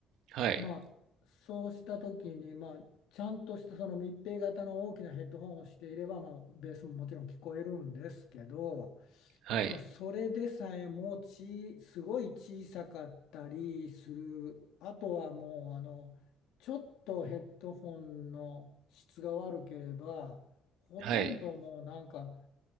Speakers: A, on the right; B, on the left.
A: はい、
B: まあ、そうした時に、まあ、ちゃんとしたその密閉型の大きなヘッドホンをしていれば、まあ、ベースももちろん聞こえるんですけど、
A: はい、
B: まあ、それでさえもち、すごい小さかったりする。あとはもう、あの、ちょっとヘッドホンの質が悪ければ、ほとんどもうなんか、
A: はい、